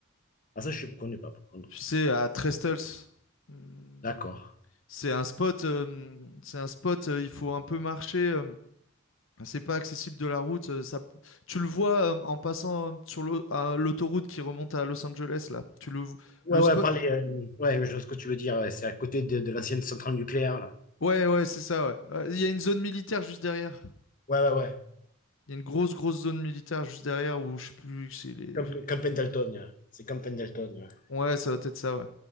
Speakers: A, on the left; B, on the left.
A: Ah, ça, je ne connais pas, par contre.
B: Tu sais, à Trestles. Hmm,
A: D'accord.
B: C'est un spot, euh, mm, c'est un spot, euh, il faut un peu marcher. euh, c'est pas accessible de la route. euh, ça, tu le vois euh, en passant euh, sur l'au- à l'autoroute qui remonte à Los Angeles, là. Tu le, vo-
A: Ouais,
B: le
A: ouais,
B: spot.
A: parler, euh, ouais, je vois ce que tu veux dire. ouais, c'est à côté de, de l'ancienne centrale nucléaire, là.
B: Ouais, ouais, c'est ça, ouais. Euh, Il y a une zone militaire juste derrière.
A: Ouais, ouais, ouais.
B: Il y a une grosse, grosse zone militaire juste derrière où je sais plus. c'est les-
A: Camp, Camp Pendleton, ouais. C'est Camp Pendleton, ouais.
B: Ouais, ça doit être ça, ouais.